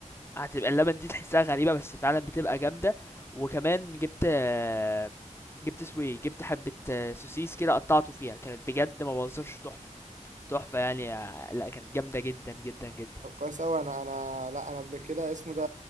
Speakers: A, on the left; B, on the right.
A: هتبقى اللبن دي تحسها غريبة بس فعلا بتبقى جامدة وكمان جبت آه، جبت اسمه ايه جبت حبة آه، سوسيس كده قطعته فيها كانت بجد ما بهزرش تحفة تحفة يعني آه، لا كانت جامدة جدا جدا جدا
B: طب كويس قوي انا انا لا انا قبل كده اسمه ده